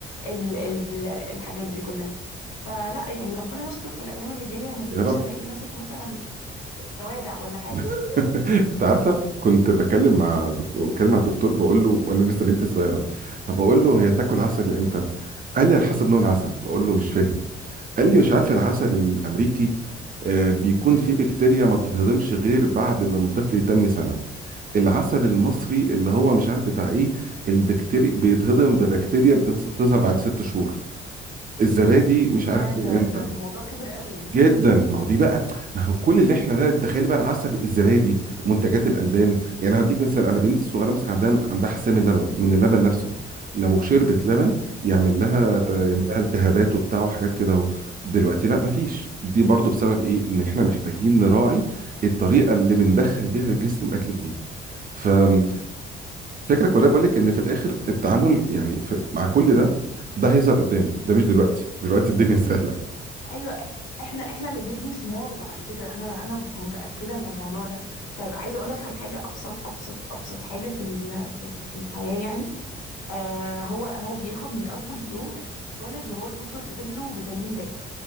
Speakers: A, on the left; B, on the right.
A: ال... ال... الحاجات دي كلها فلا يعني ربنا يستر في الايام اللي جايه وما تجيش
B: يا رب
A: الاقيه ماسك مثلا كوارع ولا حاجه
B: <laughs> انت عارفه كنت بكلم مع دكتور بتكلم مع الدكتور بقول له وانا لسه بنتي صغيره فبقول له هي تاكل عسل امتى قال لي على حسب نوع العسل بقول له مش فاهم قال لي مش عارف العسل الامريكي آه، بيكون فيه بكتيريا ما بتتهضمش غير بعد لما الطفل يتم سنه العسل المصري اللي هو مش عارف بتاع ايه البكتيريا بيتهضم ببكتيريا بتظ- بتظهر بعد ست شهور الزبادي مش
A: يا
B: عارف
A: ده
B: من امتى
A: ده موضوع كبير قوي
B: جدا ما هو دي بقى ما هو كل اللي احنا ده تخيلي بقى العسل والزبادي منتجات الالبان يعني هديك مثال انا بنتي الصغيره مثلا عندها عندها حساسيه من اللبن من اللبن نفسه لو شربت لبن يعمل لها ت- يعمل
A: مم.
B: لها التهابات وبتاع وحاجات كده اهو دلوقتي لا ما فيش دي برضو بسبب ايه ان احنا محتاجين نراعي الطريقه اللي بندخل بيها للجسم اكل جديد فالفكره كلها بقول لك ان في الاخر التعامل يعني في مع كل ده ده هيظهر قدام ده مش دلوقتي دلوقتي الدنيا <laughs> سهله
A: ايوه احنا احنا اللي بنبني ثمار وبعد كده انا انا متاكده من الموضوع ده طيب عايزه اقول لك على حاجه ابسط ابسط ابسط حاجه في ال- في ال- في الحياه يعني آه هو هو بياخد من اول يوم اتولد وهو الدكتور كاتب له فيتامين د